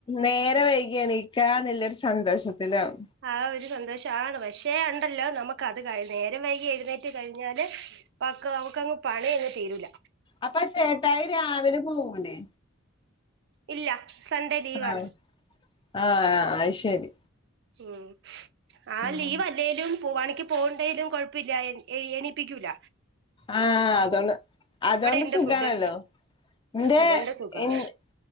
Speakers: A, on the left; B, on the right.
A: നേരം വൈ കി എണിക്കാന്നുള്ളൊരു സന്തോഷത്തിനാവും
B: ആ ഒരു സന്തോഷാണ് പക്ഷേ ഉണ്ടല്ലോ നമുക്കത് കഴി നേരം വൈകി എഴുന്നേറ്റ് കഴിഞ്ഞാല് പക്കാ നമ്മുക്കങ്ങ് പണിയങ്ങ് തീരൂല
A: അപ്പ ചേട്ടായി രാവിലെ പോവൂലെ
B: ഇല്ല സൺഡേ ലീവാണ്
A: ആഹ് ആഹ് ആഹ് അത് ശരി
B: ഉം ആഹ്
A: ഉം
B: ലീവല്ലേലും പു പണിക്ക് പോണുണ്ടേലും കൊഴപ്പവില്ല എണീ എണീപ്പിക്കൂല്ല
A: ആഹ് അതോണ്ട് അതോണ്ട്
B: ഇണ്ട്
A: സുഖാണല്ലോ
B: ഫുഡ്
A: ഇന്റെ
B: അതുകൊണ്ട് സുഖാണ്
A: എൻ എ